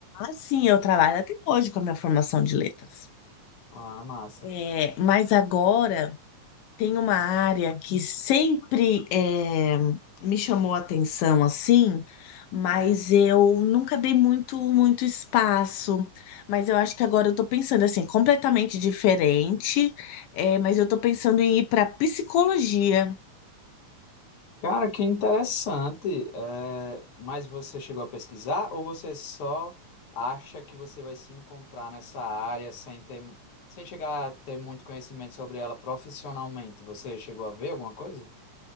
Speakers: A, on the left; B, on the left.
A: assim, eu trabalho até hoje com a minha formação de letras.
B: Ah, massa.
A: É, mas agora. Tem uma área que sempre eh, me chamou a atenção assim, mas eu nunca dei muito muito espaço. Mas eu acho que agora eu tô pensando assim, completamente diferente, eh, mas eu tô pensando em ir para psicologia.
B: Cara, que interessante. É, mas você chegou a pesquisar ou você só acha que você vai se encontrar nessa área sem ter, sem chegar a ter muito conhecimento sobre ela profissionalmente? Você chegou a ver alguma coisa?